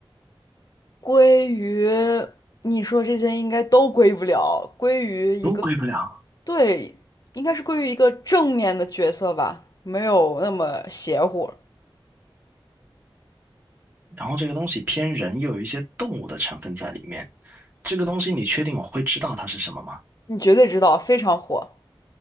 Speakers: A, on the left (about 45°); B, on the right (about 20°).
A: 归于你说这些应该都归不了，归于一个，
B: 都归不了。
A: 对，应该是归于一个正面的角色吧，没有那么邪乎。
B: 然后这个东西偏人，又有一些动物的成分在里面。这个东西你确定我会知道它是什么吗？
A: 你绝对知道，非常火